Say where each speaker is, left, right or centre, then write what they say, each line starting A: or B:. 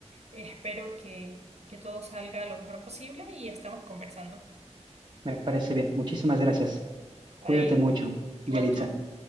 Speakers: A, on the right (about 65°); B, on the right (about 40°).
A: Espero que, que todo salga lo mejor posible y estamos conversando.
B: Me parece bien. Muchísimas gracias.
A: Ahí,
B: Cuídate mucho,
A: igual
B: Yelitza.
A: tú.